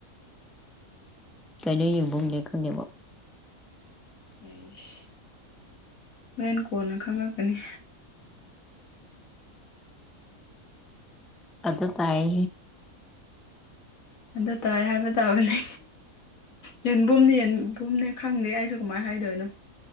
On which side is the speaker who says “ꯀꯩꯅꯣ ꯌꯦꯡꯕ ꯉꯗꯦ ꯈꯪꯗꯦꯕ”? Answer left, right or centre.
Centre